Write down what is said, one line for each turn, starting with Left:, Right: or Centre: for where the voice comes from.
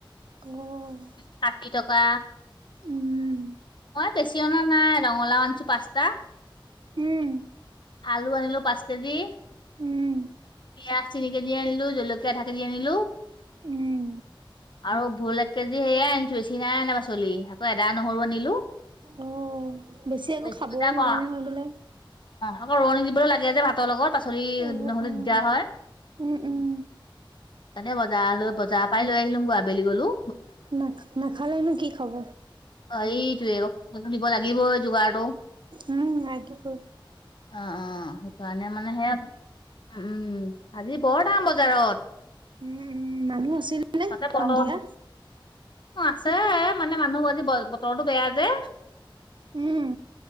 Right: উ।
Left: ষাঠি টকা।
Right: উম।
Left: মই বেছি অনা নাই ৰঙালাও আনিছো পাঁচটা।
Right: উম।
Left: আলু আনিলো পাঁচ কেজি।
Right: উম,
Left: পিয়াজ তিনি কেজি দি আনিলো জলকীয়া আধা কেজি দি আনিলোঁ।
Right: উম।
Left: আৰু ভুল এক কেজি হেয়াই আনিছোঁ বেছি নাই আনে পাচলি আকৌ এদা নহৰু আনিলো।
Right: অ', একো
Left: বেছি
Right: খাবও
Left: <unintelligible>
Right: নোৱাৰে
Left: অ'।
Right: নহয় বোলে।
Left: আকৌ ৰোৱণী দিবলৈ লাগে যে ভাতৰ লগত পাচলি
Right: অ',
Left: নহ'লে
Right: অ',
Left: দিগদাৰ হয়।
Right: উম, উম।
Left: মানে বজাৰ লৈ, বজাৰপৰাই লৈ আহিলোম গৈ আবেলি গলোঁ।
Right: না, নাখালেনো কি খাব।
Left: অ' এইটোৱে, অকন দিব লাগিব এই যোগাৰটো।
Right: উম, আইত'পু।
Left: অ', অ' সেইকাৰণে মানে সেয়া, উম, আজি বৰ দাম বজাৰত।
Right: উম, উম, মানুহ আছিলনে
Left: তাতে বতৰ
Right: সন্ধিয়া?
Left: আছে মানে মানুহ আজি বতৰটো বেয়া যে।
Right: উম।